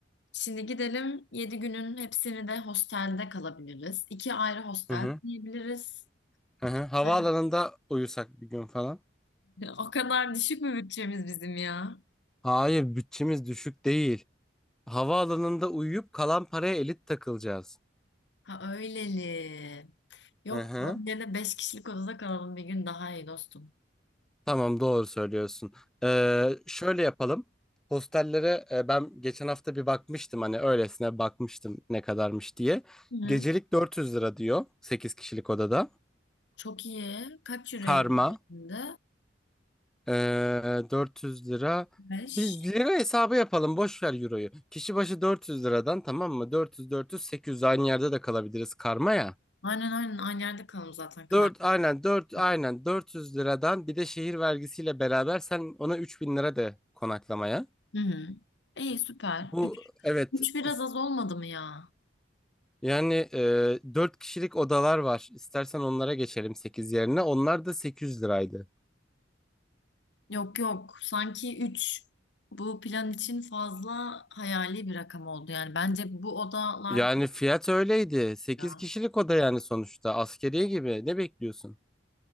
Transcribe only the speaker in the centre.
Hı hı.
Hı hı. Havaalanında
uyusak bir gün falan.
Hayır bütçemiz düşük değil. Havaalanında uyuyup kalan paraya elit takılacağız.
Hı hı.
Tamam doğru söylüyorsun. Ee, şöyle yapalım. Hostellere e, ben geçen hafta bir bakmıştım hani öylesine bakmıştım ne kadarmış diye.
Gecelik 400 lira diyor 8 kişilik odada.
Karma
e, 400 lira.
Biz lira hesabı yapalım boş ver euroyu. Kişi başı 400 liradan tamam mı? 400 400 800 aynı yerde de kalabiliriz karma ya.
4 aynen 4 aynen
400 liradan bir de şehir vergisiyle beraber sen ona 3000 lira de konaklamaya.
Bu
evet
s-
yani e, 4 kişilik odalar var. İstersen onlara geçelim 8 yerine. Onlar da 800 liraydı.
Yani fiyat öyleydi. sekiz
kişilik oda yani sonuçta. Askeriye gibi. Ne bekliyorsun?